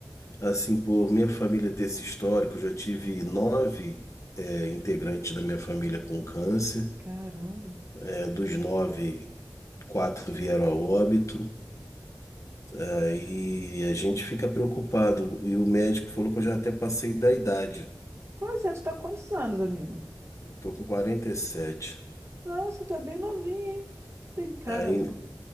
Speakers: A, on the left; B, on the right.
A: assim, por minha família ter esse histórico, eu já tive nove, é, integrantes da minha família com câncer.
B: Caramba.
A: É, dos nove, quatro vieram a óbito. Aí a gente fica preocupado. E o médico falou que eu já até passei da idade.
B: Pois é, tu tá há quantos anos, amigo?
A: Eu tô com 47.
B: Nossa, tá bem novinho, hein? Tem cara
A: Aí,